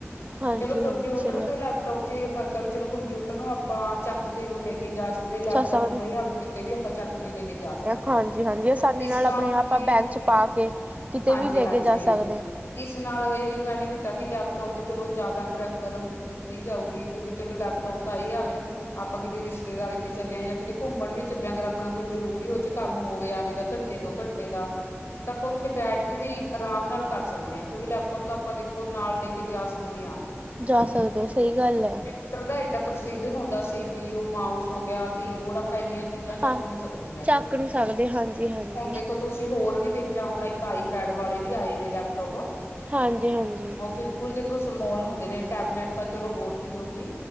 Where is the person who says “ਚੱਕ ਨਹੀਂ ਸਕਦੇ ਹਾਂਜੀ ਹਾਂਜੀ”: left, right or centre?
Right